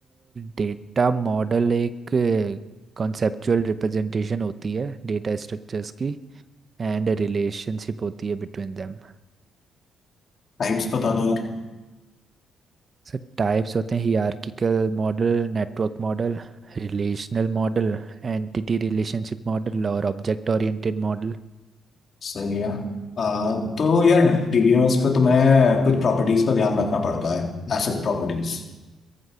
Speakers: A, on the right; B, on the left.
A: डेटा मॉडल एक कॉन्सेप्चुअल रिप्रेजेंटेशन होती है डेटा स्ट्रक्चर्स की एंड रिलेशनशिप होती है बिटवीन देम
B: टाइप्स बता दो यार
A: सर टाइप्स होते हैं hierarchical model network model relational model entity relationship model और ऑब्जेक्ट ओरिएंटेड मॉडल
B: सही है आ, तो यार डीबीएमएस पे तुम्हें कुछ प्रॉपर्टीज का ध्यान रखना पड़ता है एसेट प्रॉपर्टीज